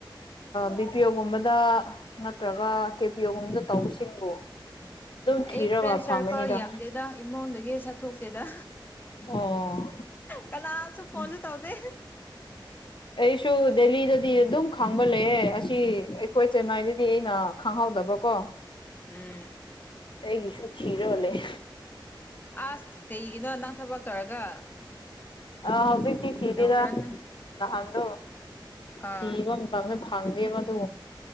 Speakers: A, on the left; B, on the left.
A: ꯕꯤ ꯄꯤ ꯑꯣ ꯒꯨꯝꯕꯗ ꯅꯠꯇ꯭ꯔꯒ ꯀꯦ ꯄꯤ ꯑꯣ ꯒꯨꯝꯕꯗ ꯇꯧꯕꯁꯤꯡꯕꯨ ꯑꯗꯨꯝ ꯊꯤꯔꯒ
B: ꯑꯩ ꯐ꯭ꯔꯦꯟ ꯁꯥꯔꯀꯜ
A: ꯐꯪꯒꯅꯤꯗ
B: ꯌꯥꯝꯗꯦꯗ ꯏꯃꯨꯡꯗꯒꯤ ꯆꯠꯊꯣꯛꯇꯦꯗ
A: ꯑꯣ
B: ꯀꯥꯅꯁꯨ ꯐꯣꯟꯁꯨ
A: ꯎꯝ
B: ꯇꯧꯗꯦ
A: ꯑꯩꯁꯨ ꯗꯦꯂꯤꯗꯗꯤ ꯑꯗꯨꯝ ꯈꯪꯕ ꯂꯩꯑꯦ ꯑꯁꯤ ꯑꯩꯈꯣꯏ ꯆꯦꯟꯅꯥꯏꯗꯗꯤ ꯑꯩꯅ ꯈꯪꯍꯧꯗꯕ ꯀꯣ
B: ꯎꯝ
A: ꯑꯩꯒꯤꯁꯨ ꯊꯤꯔꯒ ꯂꯩ
B: ꯑꯁ ꯀꯩꯒꯤꯅꯣ ꯅꯪ ꯊꯕꯛ ꯇꯧꯔꯒ
A: ꯑꯥ ꯍꯧꯖꯤꯛꯇꯤ ꯊꯤꯗꯦꯗ
B: ꯇꯧꯔꯅꯨ
A: ꯅꯍꯥꯟꯗꯣ
B: ꯍꯣꯏ
A: ꯊꯤꯕꯝ ꯐꯪꯁꯨ ꯐꯪꯗꯦꯕ ꯑꯗꯨ